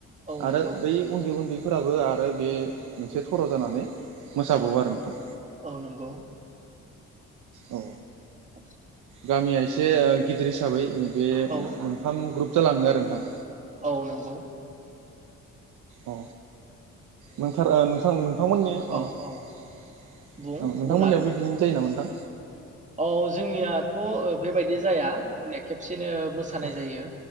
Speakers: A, on the right; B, on the right.
A: औ नंगौ
B: आरो बै उन्दैफोराबो आरो बे मोनसे थर' जानानै मोसाबावो
A: औ
B: आरो नोंथां
A: औ नंगौ ।
B: औ
A: <inaudible>
B: गामिया एसे ओ गिदिर हिसाबै ओ बे
A: औ
B: मोनथाम ग्रुप जालाङो आरो नोंथां।
A: औ नोंगौ।
B: औ नोंथार नोंथां नोंथांमोननि अ
A: औ
B: औ
A: औ बुं
B: नोंथांमोननियाबो
A: बुंनो हागोन
B: बिदिनो
A: दे
B: जायो नामा नोंथां?
A: औ जोंनियाथ बेबायदि जाया जोंनिया खेबसेनो मोसानाय
B: अ
A: जायो